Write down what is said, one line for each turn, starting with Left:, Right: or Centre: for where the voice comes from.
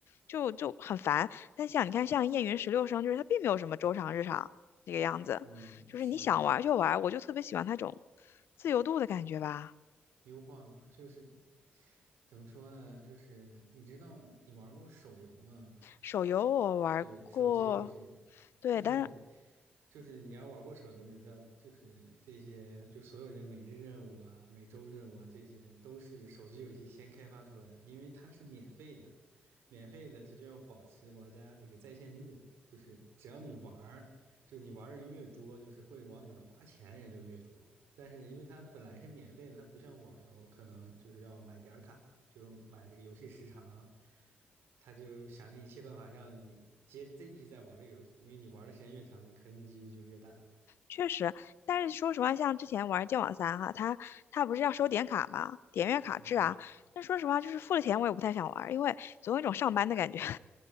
Left: 就就很烦。但像你看，像燕云十六声，就是它并没有什么周长、日常这个样子，
Right: 嗯，
Left: 就是你想玩就玩，
Right: 是
Left: 我就特别喜欢那种自由度的感觉吧。
Right: 优化嘛，就是怎么说呢，就是你知道你你玩过手游吗？
Left: 手游我玩过，
Right: 对，手机游戏
Left: 对，
Right: 就是
Left: 但是
Right: 就是你要玩过手游，你就知道，就是这些就所有这每日任务啊、每周任务啊，这些都是手机游戏先开发出来的，因为它是免费的，免费的它就要保持玩家这个在线率，就是只要你玩儿。就是你玩人越多，就是会往里面花钱人就越多。但是因为它本来是免费的，它不像网游，可能就是要买点儿卡，就是买这个游戏时长，他就想尽一切办法让你接这一直在玩这个游戏，因为你玩的时间越长，你氪金几率就越大。
Left: 确实，但是说实话，像之前玩《剑网三》哈，它它不是要收点卡嘛，点阅卡制啊。
Right: 嗯，
Left: 但说实话，就是付了钱我也不太想玩，因为总有一种上班的感觉。<laughs>